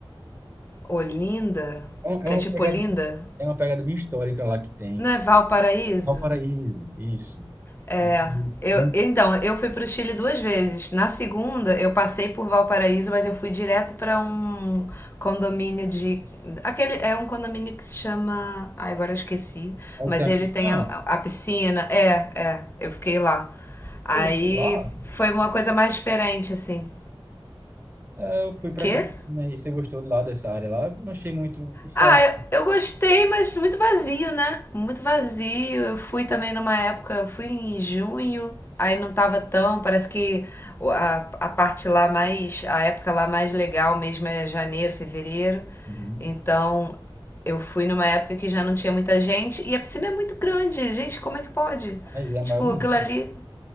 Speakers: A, on the left; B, on the right.
A: Olinda,
B: É uma é
A: que
B: uma
A: é tipo
B: pegada,
A: Olinda,
B: é uma pegada bem histórica lá que tem.
A: não é Valparaíso?
B: Valparaíso, isso.
A: É,
B: E aí,
A: eu,
B: não
A: então, eu fui para o Chile duas vezes. Na segunda, eu passei por Valparaíso, mas eu fui direto para um condomínio de. Aquele é um condomínio que se chama. Ai, agora eu esqueci. Mas
B: tem a
A: ele
B: piscina,
A: tem
B: não.
A: a, a piscina. É, é. Eu fiquei lá. Aí
B: Você gostou lá?
A: foi uma coisa mais diferente, assim.
B: É, Eu fui para
A: Quê?
B: essa piscina aí. Você gostou lá dessa área lá? Eu Não achei muito o que
A: Ah,
B: fazer.
A: eu, eu gostei, mas muito vazio, né? Muito vazio. Eu fui também numa época, fui em junho, aí não tava tão, parece que o- a, a parte lá mais, a época lá mais legal mesmo é janeiro, fevereiro.
B: Uhum.
A: Então, eu fui numa época que já não tinha muita gente e a piscina é muito grande. Gente, como é que pode?
B: Mas é a
A: Tipo,
B: maior do mundo.
A: aquilo ali